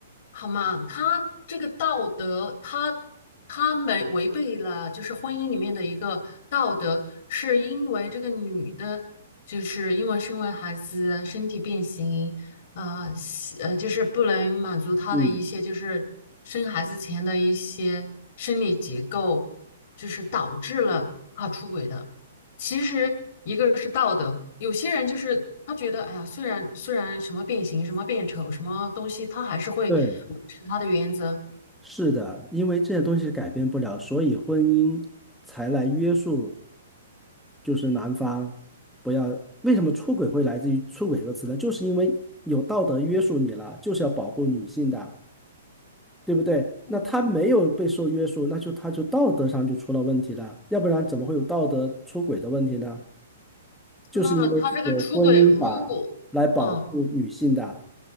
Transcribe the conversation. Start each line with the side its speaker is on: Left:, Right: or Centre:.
Left: 好嘛，他这个道德，他他没违背了，就是婚姻里面的一个道德，是因为这个女的，就是因为生完孩子身体变形，啊、西呃，就是不能满足他的一些就是生孩子前的一些生理结构，
Centre: 嗯，
Left: 就是导致了她出轨的。其实一个是道德，有些人就是他觉得，哎呀，虽然虽然什么变形、什么变丑、什么东西，他还是会维持他的原则。
Centre: 对，是的，因为这些东西改变不了，所以婚姻才来约束。就是男方不要，为什么出轨会来自于出轨这个词呢？就是因为有道德约束你了，就是要保护女性的，对不对？
Left: 嗯，
Centre: 那他没有被受约束，那就他就道德上就出了问题了，要不然怎么会有道德出轨的问题呢？就是因为有婚姻法来保护女性的，
Left: 那他这个出轨，如果，嗯，